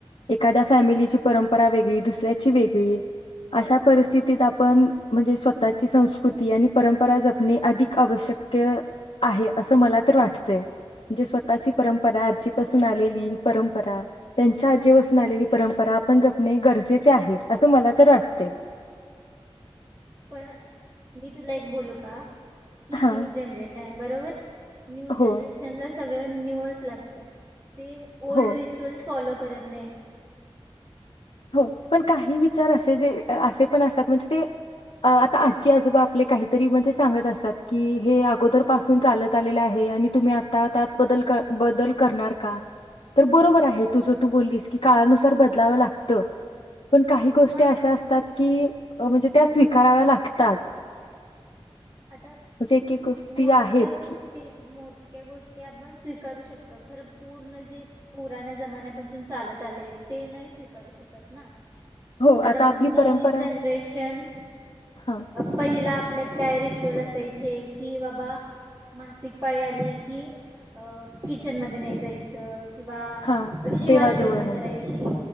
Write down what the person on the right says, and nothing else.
हा
हा
पण मी तुला एक बोलू का
न्यू जनरेशन आहे. बरोबर न्यू
जनरेशनलाच सगळ न्यू यच लागत ते ओल्ड
रिचियूल्स फॉलो करत नाहीत
हा
आता
मोजक्या
गोष्टी
आहेत मोजक्या गोष्टी आपण स्वीकरू शकतो खर पूर्ण जे पुराण्या जमाण्या पासून जे चालत आलय ते नाही स्वीकारू शकत ना
आता बग
नवीन
जनरेशन
पहिला आपल्यात काय रिच की बाबा मासिक पाळी आली की किचन मध्ये नाही जायचं हा
शिवाशिव
नाही करायची